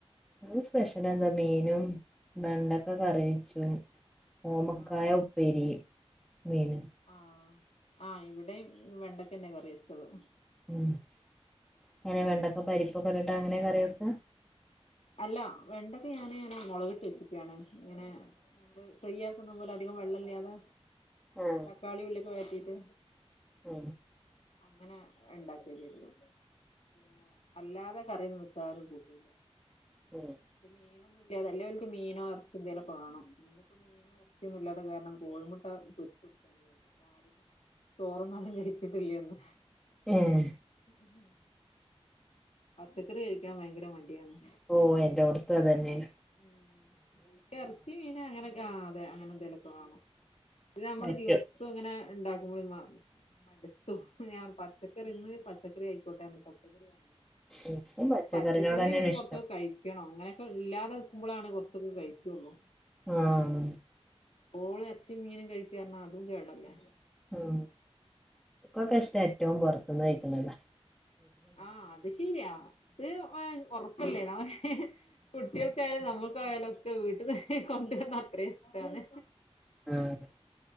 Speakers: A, in the centre; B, on the left.
A: ഇന്ന് സ്പെഷ്യൽ എന്താ മീനും വെണ്ടക്ക കറി വെച്ചു ഓമക്കായ
B: ആഹ്
A: ഉപ്പേരി മീന്
B: ആഹ് ആഹ് ഇവിടേം വെണ്ടക്കന്നെ കറി വെച്ചത്
A: ഉ എങ്ങനെ വെണ്ടക്കെ പരിപ്പൊക്കെട്ടിട്ടാ അങ്ങനെയ കറി വെക്ക
B: അല്ല വെണ്ടക്കെ ഞാനങ്ങനെ മുളകട്ട് വെച്ചക്കണ് ഇങ്ങനെ നമ്മള് ഫ്രൈ ആക്കുന്ന പോലെ അധികം വെള്ളല്ലാതെ
A: ആഹ്
B: താക്കാളീം ഉള്ളിയൊക്കെ വയറ്റിറ്റ്
A: ഉം
B: അങ്ങനെ ണ്ടാക്ക ചെയ്തത് പിന്നെ അല്ലാതെ കറിയൊന്ന് വെച്ച് താരും കൂട്ടൂല്ല
A: ഉം
B: ഇത് മീനൊന്നും ഇല്ലാതെ അല്ലെ ഓൽക്ക് മീനോ എറച്ചി എന്തേലൊക്കെ വാണം മീനും എറച്ചിയൊന്നുല്ലാത്ത കാരണം കോഴിമുട്ട പൊരിച്ചു കൊടുക്കാന്ന് വിചാരിക്ക ആരതും തോറൊന്നും ആരും കയ്ച്ച്ട്ടില്ലേന്ന്
A: ഏഹ്
B: <unintelligible> പച്ചക്കറി കഴിക്കാൻ ഭയങ്കര മടിയാന്ന്
A: ഓ എന്റോട്ത്തും അതെന്നെണ്
B: മ്മ് ഓല്ക്ക് എറച്ചി മീന് അങ്ങനെയൊക്കെ ആഹ് അതെ അങ്ങനെന്തേലൊക്കെ വാണം ഇത് നമ്മള്
A: പറ്റും
B: ദിവസം ഇങ്ങനെ ണ്ടാക്കുമ്പളെ മ മടുത്തു ഞാൻ പറയു പച്ചക്കറിന്ന് പച്ച പച്ചക്കറി അയ്ക്കോട്ടെ പർഞ് പച്ചക്കറി വാങ്ങി
A: എനിക്കും പച്ചക്കറിനോട്
B: പച്ചക്കറിം
A: തന്നെയാണ്
B: ഇവര്
A: ഇഷ്ടം
B: കൊർച്ചൊക്കെ കഴി ക്കണം ഇങ്ങനൊക്കെ ഇല്ലാതെക്കുമ്പളാണ് കൊർച്ചൊക്കെ കഴിക്കൊള്ളു
A: ആഹ്
B: പ്പോളും എർച്ചിം മീനും കഴിക്കാ പർഞ്ഞ അതും കേടല്ലേ
A: ഉം ക്കൊക്കെ ഇഷ്ടം ഏറ്റവും പൊർത്ത്ന്ന് കഴിക്ക്ണതാ
B: ആഹ് അത് ശെരിയാ അത് എ ഒറപ്പല്ലേ <unintelligible> കുട്ട്യാൾ ക്യായാലും നമ്മക്കായാലൊക്കെ വീട്ട്ക്ക് കൊണ്ടുവന്ന അത്രേം ഇഷ്ടാണ്
A: ആഹ്